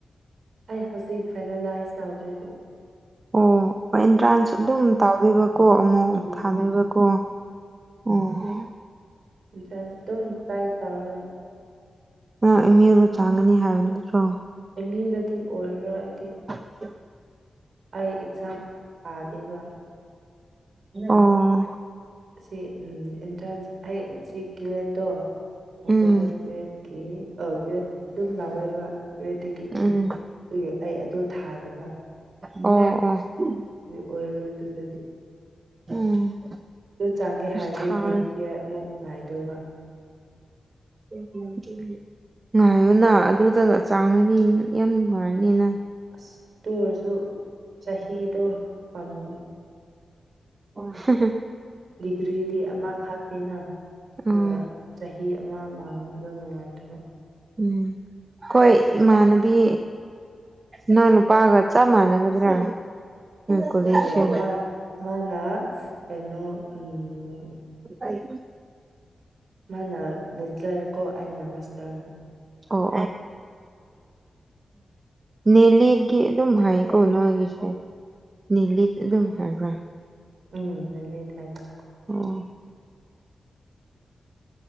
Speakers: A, on the right; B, on the right.
A: ꯑꯩ ꯍꯧꯖꯤꯛ ꯐꯥꯏꯅꯦꯂꯥꯏꯁ ꯇꯧꯗ꯭ꯔꯤꯗꯣ
B: ꯑꯣ ꯑꯦꯟꯇ꯭ꯔꯥꯟꯁ ꯑꯗꯨꯝ ꯇꯧꯗꯣꯏꯕꯀꯣ ꯑꯃꯨꯛ
A: ꯎꯝ
B: ꯊꯥꯗꯣꯏꯕꯀꯣ ꯎꯝ
A: ꯐ꯭ꯔꯦꯟꯁ ꯑꯗꯨꯝ ꯇ꯭ꯔꯥꯏ ꯇꯧꯔꯒ
B: ꯎ ꯎꯝ ꯃꯤ ꯑꯗꯨꯗꯣ ꯆꯥꯡꯒꯅꯤ ꯍꯥꯏꯕꯅꯤ ꯅꯠꯇ꯭ꯔꯣ
A: ꯑꯦꯝꯗꯗꯤ ꯑꯣꯏꯔꯔꯣꯏ ꯍꯥꯏꯗꯤ
B: ꯎ
A: ꯑꯩ ꯑꯦꯛꯖꯥꯝ ꯇꯥꯗꯦꯕ
B: ꯑꯥ
A: ꯁꯤ ꯎꯝ ꯑꯦꯟꯇ꯭ꯔꯥꯟꯁ ꯍ ꯁꯤ ꯀ꯭ꯌꯨꯋꯦꯠꯇꯣ ꯃꯈꯣꯏꯗꯣ
B: ꯎꯝ
A: ꯒ꯭ꯔꯦꯠꯀꯤ ꯒ꯭ꯔꯦꯠ ꯑꯗꯨꯝ ꯂꯥꯎꯋꯦꯕ ꯀꯦꯒꯤ
B: ꯎꯝ
A: ꯑꯗꯨꯒꯤ ꯑꯩ ꯑꯗꯨꯗ ꯊꯥꯗꯕ
B: ꯎꯝ ꯎꯝ
A: ꯑꯗꯨ ꯑꯣꯏꯔꯔꯣꯏ ꯑꯗꯨꯗꯗꯤ
B: ꯎꯝ
A: ꯑꯗꯨ ꯆꯪꯒꯦ ꯍꯥꯏꯔꯗꯤ
B: ꯊꯥꯔ
A: ꯅꯦꯛꯁ ꯌꯥꯔ ꯑꯃꯨꯛ ꯉꯥꯏꯗꯣꯏꯕ
B: ꯎ ꯉꯥꯏꯌꯨꯅ ꯑꯗꯨꯗ ꯆꯥꯡꯔꯅꯤ ꯌꯥꯝ ꯅꯨꯡꯉꯥꯏꯔꯅꯤ ꯅꯪ
A: ꯑꯁꯇ ꯑꯣꯏꯔꯁꯨ ꯆꯍꯤꯗꯣ ꯄꯥꯝꯃꯨ
B: ꯑꯣ ꯍ ꯍ
A: ꯗꯤꯒ꯭ꯔꯤꯗꯤ ꯑꯃꯈꯥꯛꯅꯤꯅ ꯑꯗꯣ
B: ꯑꯥ
A: ꯆꯍꯤ ꯑꯃ ꯃꯥꯡꯕꯗꯣ ꯅꯨꯡꯉꯥꯏꯇꯕ
B: ꯎꯝ ꯍꯣꯏ ꯏꯃꯥꯟꯅꯕꯤ ꯅꯅꯥꯎ ꯅꯨꯄꯥꯒ ꯆꯞ ꯃꯥꯟꯅꯒꯗ꯭ꯔꯥ ꯀꯣꯂꯦꯖꯠ
A: ꯍꯣꯏ
B: ꯁꯦ
A: ꯃꯥ ꯃꯥꯅ ꯀꯩꯅꯣ ꯎꯝ
B: ꯑꯩ
A: ꯃꯥꯅ ꯕꯦꯆꯂꯔ ꯀꯣ ꯑꯩꯅ ꯃꯥꯁꯇꯔ ꯑꯃꯨꯛ
B: ꯑꯣ ꯅꯦꯂꯤꯠꯒꯤ ꯑꯗꯨꯝ ꯍꯥꯏ ꯀꯣ ꯅꯣꯒꯤꯁꯦ ꯅꯦꯂꯤꯠ ꯑꯗꯨꯝ ꯍꯥꯏꯕ꯭ꯔꯥ
A: ꯎꯝ ꯂꯩ ꯂꯩ ꯊꯅ
B: ꯑꯣꯝ